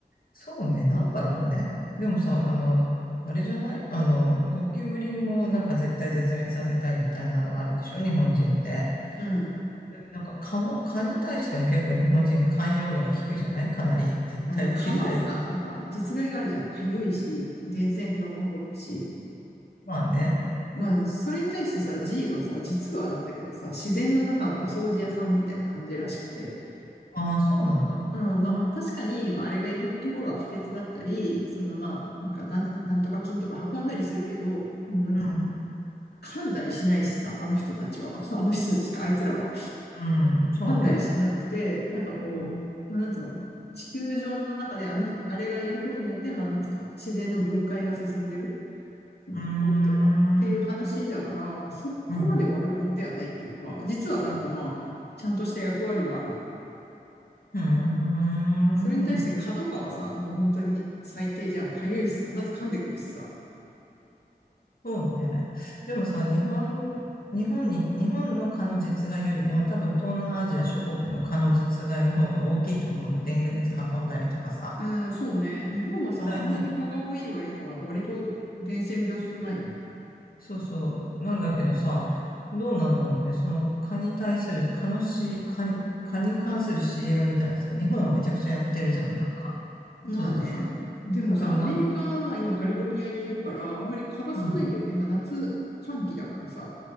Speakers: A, on the left (about 60°); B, on the left (about 80°).
A: そうね。なんだろうね。でもさ、あの、あれじゃないあの、ゴキブリもなんか絶対絶滅させたいみたいなのがあるでしょ日本人って。
B: うん。
A: それでなんか蚊も、蚊に対しても結構日本人寛容度が低いじゃないかなり。絶対一匹たりとも。
B: まあでも蚊はさ、やっぱ実害があるじゃん。痒いし、伝染病も運ぶし。
A: まあね。
B: まあ、それに対してさ、G はさ、実はなんだけどさ、自然の中のお掃除屋さんみたいな感じらしくて。
A: ああ、そうなんだ。
B: うん、まあ、
A: うん。
B: 確かに、
A: うん。
B: まあ、あれがいるところは不潔だったり、その、まあ、なんか、なん、なんとか菌とか運んだりするけど、まあ、なんつうの、
A: う
B: 噛んだりしないしさ、あの人たちは、<laughs> あの人たちか、あいつらは、
A: ん。そうね。
B: 噛んだりしなくて、なんかこう、
A: うん。
B: まあ、なんつうの、地球上の中であの、あれがいることによって、まあ、なんつうか、自然の分解が進んでる、その、
A: うー
B: ゴミとかの、っていう話だから、
A: ん。
B: まあ、そこまで悪者ではないっていうか、
A: うん。
B: 実はなんかまあ、ちゃんとした役割はある
A: うーん。
B: それに対して蚊とかはさ、
A: うん。
B: もう本当に最低じゃん。痒いしさ、まず噛んでくるしさ。
A: そうね。でもさ、日本、日本に、日本の蚊の実害よりも、多分東南アジア諸国の蚊の実害の方が大きいと思うの。デング熱運んだりとかさ。
B: うん、そうね。日本はさ、
A: 実際に
B: あんだけ蚊が多い割には割と伝染病少ないよね。
A: そうそう。なんだけどさ、どうなんだろうね。その蚊に対する、蚊のし、蚊に、蚊に関する CM みたいなさ、日本はめちゃくちゃやってるじゃん、なんか。
B: まあね。
A: とにかく。
B: でもさ、
A: だけどなんか、
B: アメリカ、まあ今カリフォルニアにいるから、あんまり蚊が少ないんだよね。
A: うん、
B: まあ夏、寒気だからさ。